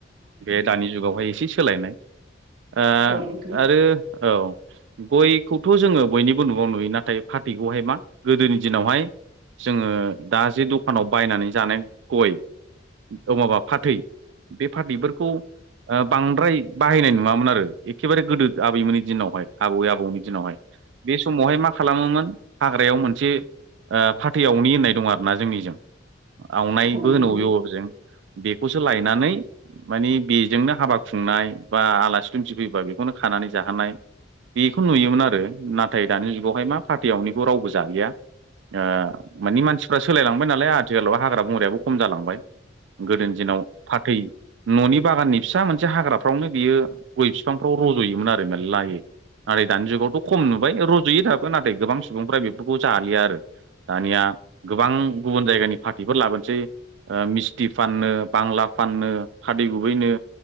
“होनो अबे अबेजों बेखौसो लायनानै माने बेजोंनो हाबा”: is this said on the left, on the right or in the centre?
Right